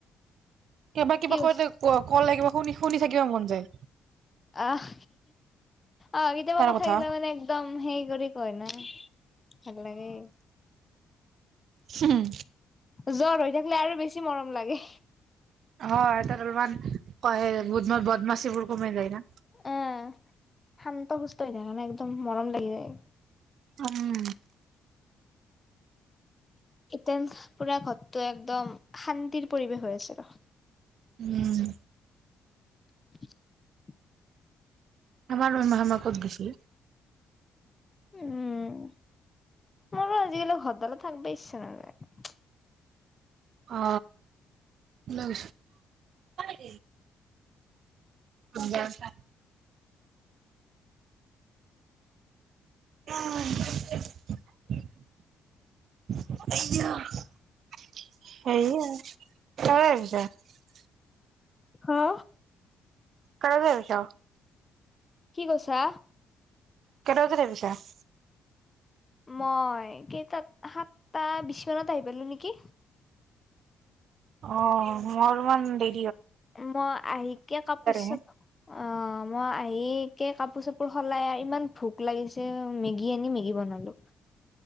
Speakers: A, on the right; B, on the left.
A: কিবা কিবা
B: কি কৈছ
A: কৈতে কলে কিবা শুনি শুনি থাকিব মন যায়
B: আহ অ কেতিয়াবা
A: তাৰ
B: কথাাকিলা
A: কথা
B: মানে একদম হেই কৰি ক ন ভাল লাগে
A: হম
B: জ্বৰ হৈ থাকিলে আৰু বেছি মৰম লাগে
A: হয় তাত অলপমান ব বদমাচ বোৰ কমাই যায় ন
B: এ শান্ত সুস্থ হৈ থাক নে একদম মৰম লাগি যায়
A: উম
B: ইতে পুৰা ঘৰটো একদম শান্তিৰ পৰিৱেশ হৈ আছে ৰ
A: উম
B: <inaudible>
A: আমাৰ মই মামাকদ গছিলি
B: উম মাৰো আজিকালি ঘৰদাল থাকিব ইচছা নযায়
A: অ লগ এনে মোবাইল চাই <unintelligible> আহ এয়া সেই হয়ছা
B: হা
A: কনে চছা
B: কি কৈছা
A: কেনে বছিল দে পিছে <unintelligible>
B: মই কে সাতটা বিছ ফনত আহি পালো নেকি
A: অ মোৰ ম দে
B: মই আহি কিয় কাপোৰ চাপ
A: হে
B: অ মই আহিকে কাপোৰ চাপোৰ সলাই ইমান ভোক লাগিছে মেগী আনি মেগী বনালো